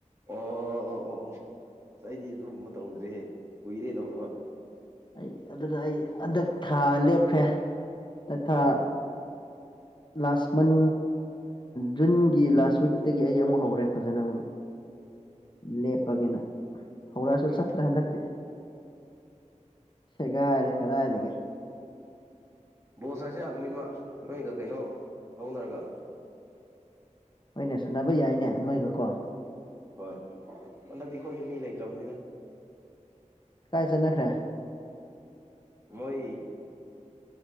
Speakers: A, on the right (about 20°); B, on the left (about 35°).
A: ꯑꯣ ꯑꯣ ꯑꯣ ꯑꯣ ꯑꯁ ꯑꯩꯗꯤ ꯑꯗꯨꯒꯨꯝꯕ ꯇꯧꯗ꯭ꯔꯦꯍꯦ ꯀꯨꯏꯔꯦ ꯇꯧꯗꯕ
B: ꯑꯩ ꯑꯗꯨꯅ ꯑꯩ ꯍꯟꯗꯛ ꯊꯥ ꯂꯦꯞꯈ꯭ꯔꯦ ꯍꯟꯗꯛ ꯊꯥ
A: ꯎꯝ
B: ꯂꯥꯁ ꯃꯟ ꯖꯨꯟꯒꯤ ꯂꯥꯁ ꯋꯤꯛꯇꯒꯤ ꯑꯩ ꯑꯃꯨꯛ ꯍꯧꯔꯦ ꯐꯖꯅ ꯑꯃꯨꯛ ꯂꯦꯞꯄꯒꯦꯅ ꯍꯧꯔꯛꯑꯁꯨ
A: ꯎꯝ
B: ꯆꯠꯇ꯭ꯔꯦ
A: ꯎꯝ
B: ꯍꯟꯗꯛꯇꯤ ꯁꯦꯒꯥꯏꯔꯦ ꯀꯗꯥꯢꯗꯒꯤ
A: ꯕꯣꯁ ꯍꯥꯏꯁꯤ ꯅꯨꯃꯤꯠꯃ ꯅꯣꯏꯒ ꯀꯩꯅꯣ ꯍꯧꯅꯔꯒ
B: ꯍꯣꯏꯅꯦ ꯁꯥꯟꯅꯕ ꯌꯥꯏꯅꯦ ꯅꯣꯏꯒꯀꯣ
A: ꯍꯣꯏ ꯍꯟꯗꯛꯇꯤ ꯑꯩꯈꯣꯏꯁꯨ ꯃꯤ ꯂꯩꯇ꯭ꯔꯕꯅꯤꯅ
B: ꯀꯥꯏ ꯆꯠꯅꯈ꯭ꯔꯦ
A: ꯃꯣꯏ